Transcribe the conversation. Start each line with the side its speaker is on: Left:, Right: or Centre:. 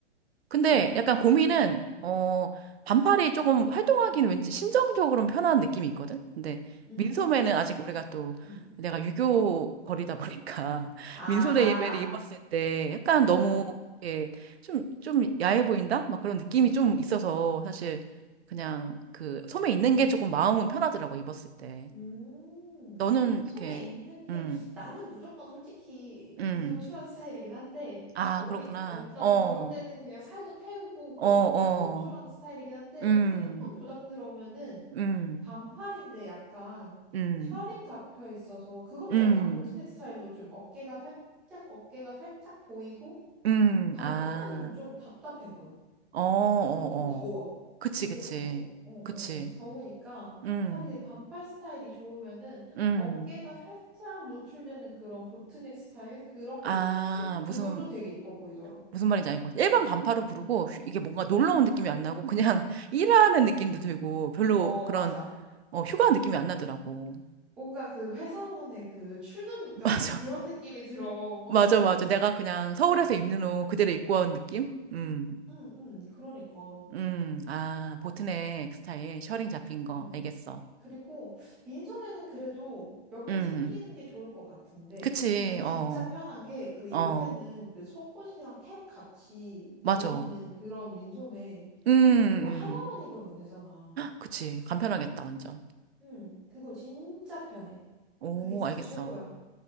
Right: 근데
Centre: 음,
Right: 약간 고민은,
Centre: 음,
Right: 어, 반팔이 조금 활동하기는 왠지 심정적으로는 편한 느낌이 있거든? 근데
Centre: 음,
Right: 민소매는 아직 우리가 또
Centre: 음.
Right: 내가 유교 거리다 보니까 <laughs>
Centre: 아하,
Right: 민소매 예배를 입었을 때 약간 너무
Centre: 어.
Right: 이렇게 좀, 좀 야해 보인다? 막 그런 느낌이 좀 있어서 사실 그냥 그 소매 있는 게 조금 마음은 편하더라고, 입었을 때.
Centre: 음,
Right: 너는 이렇게,
Centre: 섬에 있는 게
Right: 음,
Centre: 나는 무조건 솔직히
Right: 음.
Centre: 노출한 스타일이긴 한데
Right: 아,
Centre: 더우니까
Right: 그렇구나.
Centre: 난 일단
Right: 어,
Centre: 더울 때는 그냥 살도 태우고
Right: 어,
Centre: 그러니까
Right: 어.
Centre: 노출한 스타일이긴 한데
Right: 음,
Centre: 그게 조금 부담스러우면은
Right: 음,
Centre: 반팔인데 약간
Right: 음,
Centre: 셔링 잡혀 있어서 그것도
Right: 음,
Centre: 약간 보트넥 스타일로 좀 어깨가 살짝 어깨가 살짝 보이고
Right: 음,
Centre: 반팔만
Right: 아,
Centre: 입으면 좀 답답해 보여.
Right: 어, 어,
Centre: 그리고 더워.
Right: 어. 그치,
Centre: 문제는
Right: 그치,
Centre: 더워. 어, 어,
Right: 그치.
Centre: 어. 더우니까
Right: 음,
Centre: 차라리 반팔 스타일이 좋으면은
Right: 음.
Centre: 어깨가 살짝 노출되는 그런 보트넥 스타일 그런
Right: 아,
Centre: 거 입으면 실 그것도
Right: 무슨,
Centre: 되게 이뻐 보이더라.
Right: 무슨 말인지 알것 같아. 일반 반팔을
Centre: 음,
Right: 부르고
Centre: 음.
Right: 휘- 이게 뭔가 놀러 온 느낌이 안 나고 그냥 <laughs> 일하는 느낌도 들고 별로
Centre: 어,
Right: 그런
Centre: 맞아.
Right: 어, 휴가 느낌이 안 나더라고.
Centre: 뭔가 그 회사원의 그 출근
Right: <laughs>
Centre: 룩 같은
Right: 맞아,
Centre: 그런 느낌이 들어.
Right: 맞아,
Centre: <laughs>
Right: 맞아. 내가 그냥 서울에서 입는 옷 그대로 입고 온 느낌? 음,
Centre: 응, 응, 그러니까. 어,
Right: 음. 아, 보트넥 스타일, 셔링 잡힌 거.
Centre: 어.
Right: 알겠어.
Centre: 그리고 민소매는 그래도 몇
Right: 음,
Centre: 개 챙기는 게 좋을 것 같은데
Right: 그치,
Centre: 이게 진짜
Right: 어,
Centre: 편한 게 그
Right: 어,
Centre: 요새는 그 속옷이랑 캡 같이
Right: 맞아.
Centre: 돼 있는 그런 민소매
Right: 음,
Centre: 그럼 그거
Right: 음,
Centre: 하나만 입으면 되잖아.
Right: 그치, 간편하겠다, 완전.
Centre: 응, 그거 진짜 편해.
Right: 오,
Centre: 그게 진짜
Right: 알겠어.
Centre: 최고야.